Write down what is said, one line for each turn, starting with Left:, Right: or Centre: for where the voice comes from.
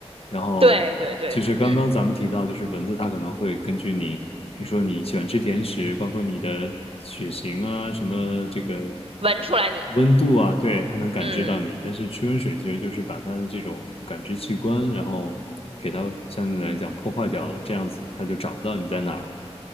Left: 然后就是刚刚咱们提到，
Right: 对对对，嗯，
Left: 就是蚊子它可能会根据你，比如说你喜欢吃甜食，包括你的血型啊，什么这个
Right: 闻出来你，
Left: 温度啊，对，它能感知到你。
Right: 嗯，
Left: 但是驱蚊水其实就是把它的这种感知器官，然后给它相对来讲破坏掉了，这样子它就找不到你在哪儿了。